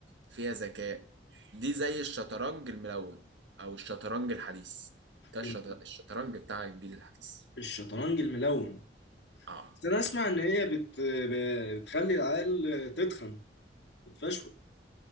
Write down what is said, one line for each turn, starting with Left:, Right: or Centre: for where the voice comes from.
Right: فيها ذكاء دي زي الشطرنج الملون او الشطرنج الحديث ده الشط-
Left: ال-
Right: الشطرنج بتاع الجيل الحديث
Left: الشطرنج الملون
Right: اه
Left: بس انا اسمع ان هي بت... بتخلي العيال تتخن وتفشول